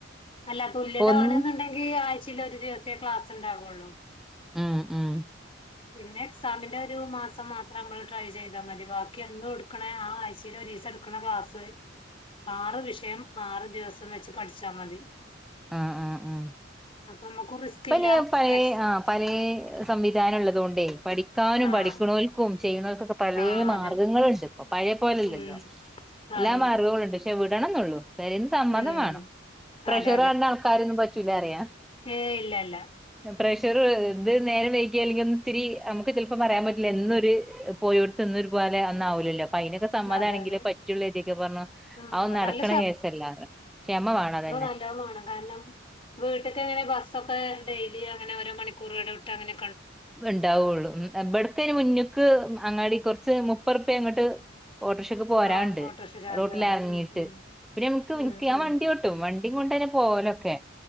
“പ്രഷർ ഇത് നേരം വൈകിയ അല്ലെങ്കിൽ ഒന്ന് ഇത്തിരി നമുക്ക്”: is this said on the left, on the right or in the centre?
Centre